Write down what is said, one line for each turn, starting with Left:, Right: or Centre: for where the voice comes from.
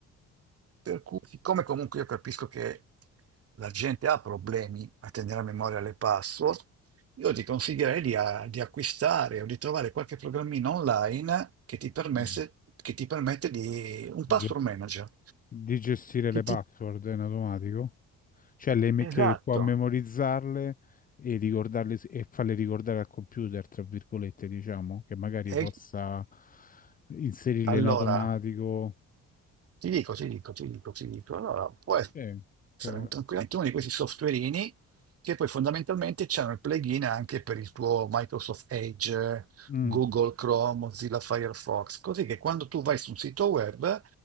Right: Per cui, siccome comunque io capisco che la gente ha problemi a tenere a memoria le password, io ti consiglierei di, a- di acquistare o di trovare qualche programmino online che ti, permesse-
Left: mhm.
Right: che ti permette di un password
Left: Ge-
Right: manager.
Left: Di gestire
Right: Che
Left: le password
Right: ti,
Left: in automatico, cioè le me-
Right: esatto.
Left: che può memorizzarle e ricordarle s- e farle ricordare al computer, tra virgolette, diciamo, che magari
Right: E,
Left: possa inserirle
Right: allora,
Left: in automatico.
Right: Ti dico, ti dico, ti dico, ti dico. Allora, può essere
Left: Sì. Cioè,
Right: un- tranquillamente uno di questi softwareini che poi fondamentalmente c'hanno il plugin anche per il tuo Microsoft Edge,
Left: mm,
Right: Google Chrome, Mozilla Firefox, così che quando tu vai su un sito web,